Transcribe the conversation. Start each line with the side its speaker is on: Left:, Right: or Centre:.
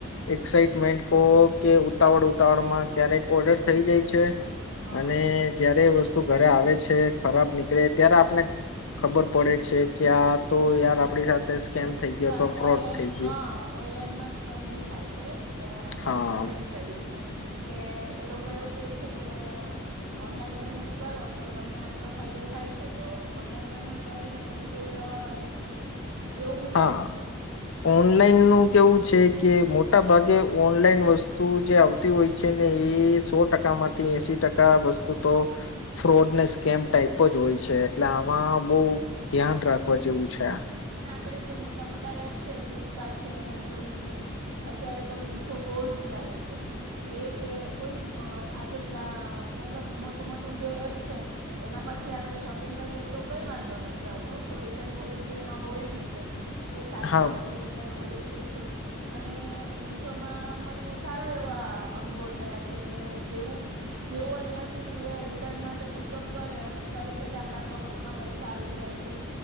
Left: એક્સાઈટમેન્ટ કો કે ઉતાવળ ક્યારેક ઓર્ડર થઈ જાય છે
Right: હા
Left: અને જયારે વસ્ુ તું ઘરે આવે છે ખરાબ નીકળે ત્યારે આપને ખબર પડે છે કે આ તો યાર આપડી સાથે સ્કેમ થઇ ગયો
Right: પણ
Left: તો ફ્રોડ
Right: ઓનલાઈન
Left: થઈ ગયયો
Right: હા ઓનલાઈનમાં સ્કેમ ભી થાય છે કે
Left: હા
Right: મારી સાથે ભી થયેલું છે કે એ લોકો એવું કહે છે કે ઓનલાઈન પેમેન્ટ કરો તો તમને આટલો ફાયદો થાય છે તો ઓનલાઈન પેમેન્ટ કરીને પછી કોઈ જવાબ જ નથી આપતું એવું બી બને
Left: હા
Right: છે
Left: ઓનલાઈન નું કેવું છે કે મોટા ભાગે ઓનલાઈન વસ્તુ જે આવતી હોય છે ને એ સો ટકા માંથી એસી ટકા વસ્તુ તો ફ્રોડ ને સ્કેમ ટાઈપ જ હોય છે એટલે આમાં બહ ધ્યાન રાખવા જેવું છે
Right: આપણેે જે મોટા મોટા એપ છે ફ્લિપકાર્ટ છે એમેઝોન છે અત્યારે તો મીશો બહુ જ ચાલે કલે છે એ છે કોઈ આજે મતલબ મોટી મોટી જે એપ છે એના પર આપ શોપિંગ કરીએ તો કઈ વાંધો નથી આવતો રિટર્ન પોલિસી એમાં હોય બી છે. કે સાત
Left: હા
Right: દિવસની રિટર્ન પોલિસી કે અને મીશોમાં મને સારા એવા અનુભવ થયા છે કે જેવું જેવું અહીંયા થી રિટર્ન માટે પિકઅપ કરે અને તરત તો જ આપણા અકાઉન્ટમાં પૈસા આવી જાય છે